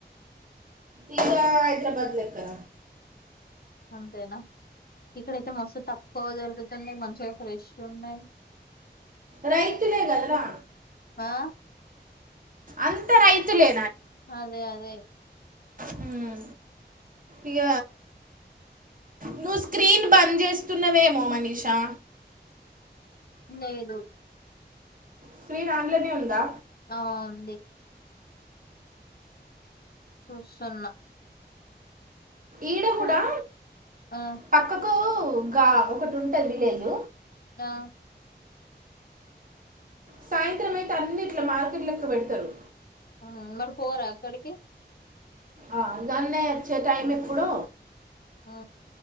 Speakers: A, on the right (about 50°); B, on the left (about 55°).
A: ఇక హైదరాబాద్ లో ఎక్కడ
B: అంతేనా ఇక్కడైతే మస్తు తక్కువ దొరుకుతుంది మంచిగా ఫ్రెష్ ఉన్నాయి
A: రైతులే గదరా
B: ఆ
A: అంత రైతులే
B: అదే అదే
A: మ్మ్ ఇక నువ్వు స్క్రీన్ బంద్ చేస్తున్నవేమో మనీషా
B: లేదు
A: స్క్రీన్ ఆన్ లోనే ఉందా
B: ఆ ఉంది చూస్తున్నా
A: ఈడ
B: ప
A: కూడా
B: ఆ
A: పక్కకు గా ఒకటి ఉంటంది విలేజ్
B: ఆ
A: సాయంత్రం అయితే అన్నిట్లో మార్కెట్ లెక్క పెడతారు
B: మ్మ్ మరి పోరా అక్కడికి
A: ఆ ఇగ అన్నయ్య వచ్చే టైం ఎప్పుడు
B: ఆ